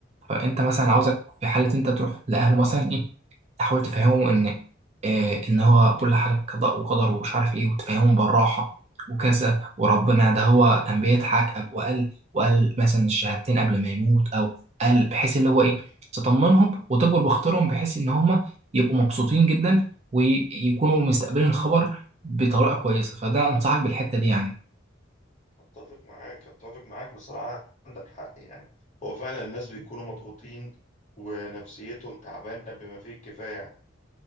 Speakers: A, on the right; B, on the left.
A: فأنت مثلا
B: صح
A: عاوزك في حالة أنت تروح لأهله مثلا إيه تحاول تفهمهم إن إيه إن هو كل حاجة قضاء وقدر ومش عارف إيه وتفهمهم بالراحة وكذا وربنا ده هو كان بيضحك أب- وقال وقال مثلا الشهادتين قبل ما يموت أو قال بحيث اللي هو إيه تطمنهم وتجبر بخاطرهم بحيث ان هم يبقوا مبسوطين جدا ويكونوا مستقبلين الخبر بطريقه كويسه فده انصحك بالحته دي يعني
B: اتفق معاك اتفق معاك بصراحة عندك حق يعني هو فعلا الناس بيكونوا مضغوطين ونفسيتهم تعبانة بما فيه الكفاية يعني